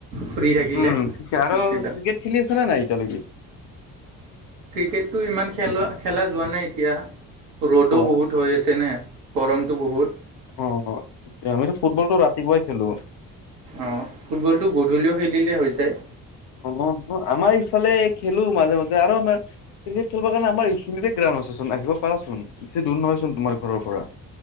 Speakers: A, on the right; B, on the left.
A: ফ্ৰী থাকিলে
B: উম ঠিকে আৰু
A: গুচি যাম।
B: ক্ৰিকেট খেলি আছে না নাই এতিয়ালৈকে।
A: ক্ৰিকেটটো ইমান খেলোৱা খেলা যোৱা নাই এতিয়া
B: কি
A: ৰ'দো
B: কোৱা?
A: বহুত হৈ আছেনে। গৰমটো বহুত।
B: অ'অ' আমিতো ফুটবলটো ৰাতিপুৱাই খেলো।
A: অ' ফুটবলটো গধূলিও খেলিলেই হৈ যায়।
B: অ' আমাৰ ইফালে খেলো মাজে, মাজে আৰু আমাৰ ক্ৰিকেট খেলিব কাৰণে আমাৰ এইখিনিতে গ্ৰাউণ্ড আছে চোন আহিব পাৰাচোন বেছি দূৰ নহয় চোন তোমাৰ ঘৰৰ পৰা।